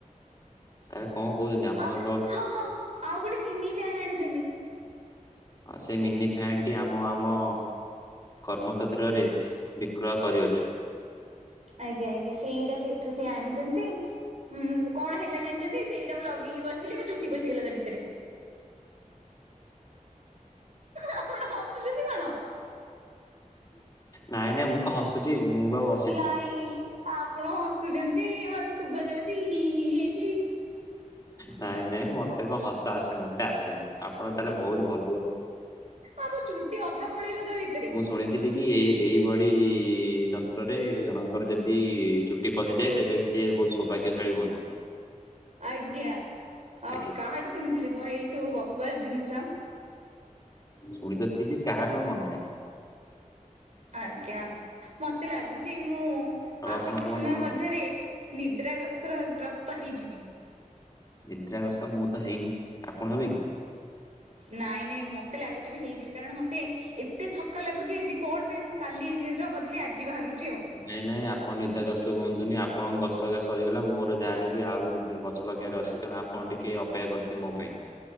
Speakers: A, on the left; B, on the right.
A: ତାହେଲେ କଣ କହୁଛନ୍ତି ଆପଣଙ୍କ
B: ଆଉ ଗୋଟେ ହଁ ହଁ ଆଉ ଗୋଟେ ମିନି ଫ୍ୟାନ ଆଣି ଚନ୍ତି।
A: ସେ ମିନି ଫ୍ୟାନ ଟି ଆମ ଆମ କର୍ମକ୍ଷେତ୍ରରେ ବିକ୍ରୟ କରିଅଛୁ।
B: ଆଜ୍ଞା ଆଜ୍ଞା ସେଇଟା ସେଇଠୁ ସେ ଆଣିଚନ୍ତି। ହୁଁ କଣ ହେଲା ଜାଣିଚନ୍ତି ସେଇଟା ମୁଁ ଲଗେଇକି ବସିଥିଲି ମୋ ଚୁଟି ପଶିଗଲା ତା ଭିତରେ। ଆପଣ ହସୁଚନ୍ତି କଣ?
A: ନାଇଁ ନାଇଁ ମୁଁ କଣ ହସୁଛି ମୁଁ ପା ବ
B: ନାଇଁ ଆପଣ ହସୁଛନ୍ତି ମତେ ଶୁଭାଯାଉଛି ହି ହି ହି ହେଇକି।
A: ନାଇଁ ନାଇଁ ମତେ କଣ ହସ ଆସେ ମତେ ଆସେନି ଆପଣ ତାହେଲେ ବହୁତ ଭଲ ଲୋକ୍
B: ଆ ମୋ ଚୁଟି ଅଧା ପଳେଇଲା ତା ଭି
A: ମୁଁ ଶୁଣିଥିଲି କି ଏଇ ଏଇଭଳି ଯନ୍ତ୍ରରେ ଜଣଙ୍କର ଯେମ୍ ତି ଚୁଟ୍ ଟି ପଶିଯାଏ ତେବେ ସିଏ ବହୁତ ସୌଭାଗ୍ୟଶାଳୀ ହୁଅନ୍ତି।
B: ଆଜ୍ଞା ଆ
A: ଆଜ୍ଞା
B: କାହାଠୁ ଶୁଣିଥିଲେ ମୋ ଏଇ ସବୁ ବକବାସ୍ ଜିନିଷ।
A: ଶୁଣି ତ ଥିଲି କାହାଠୁ ଆଉ ମନେ ନାହିଁ।
B: ଆଜ୍ଞା। ମତେ ଲାଗୁଛି ମୁଁ ଆଉ
A: ଆପଣ
B: କିଛି
A: କୁହନ୍ତୁ
B: ସମୟ
A: କଣ
B: ମଧ୍ୟରେ ନିଦ୍ରା ଗସ୍ତ୍ର ଗ୍ରସ୍ତ ହେଇଯିବି।
A: ନିଦ୍ରା ଗସ୍ତ ମୁଁ ତ ହେଇନି। ଆପଣ ହେବେ କି?
B: ନାଇଁ ନାଇଁ ମତେ ଲାଗୁଛି ମୁଁ ହେଇଯିବି କାରଣ ମତେ ଏତେ ଥକ୍କା ଲାଗୁଛି ଆଜି କଣ ପାଇଁ ମୁଁ କାଲିର ବୋଧେ ଆଜି ବାହାରୁଛି ଆଉ
A: ନାଇଁ ନାଇଁ ଆପଣ ନିଦାଗ୍ରସ୍ତ ହୁଅନ୍ତୁନି। ଆପଣଙ୍କ ଗସ୍ତ ସରିଗଲା ମୋର ଯାହା ହେଲେ ବି ଆହୁରି <unintelligible> ଛ ଲଗେଇବାର ଅଛି। ତେଣୁ ଆପଣ ଟିକେ ଅପେକ୍ଷା କରିଥିବେ ମୋ ପାଇଁ।